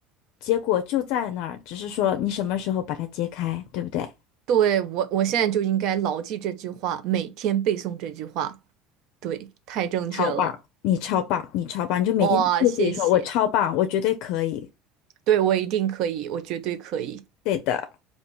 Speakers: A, on the left (about 65°); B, on the right (about 60°).
A: 结果就在那儿，只是说你什么时候把它揭开，对不对？
B: 对，我我现在就应该牢记这句话，每天背诵这句话，对，太正确了，
A: 超棒，你超棒，你超棒，你就每天对自己说，
B: 哇，谢谢，
A: 我超棒，我绝对可以。
B: 对，我一定可以，我绝对可以。
A: 对的。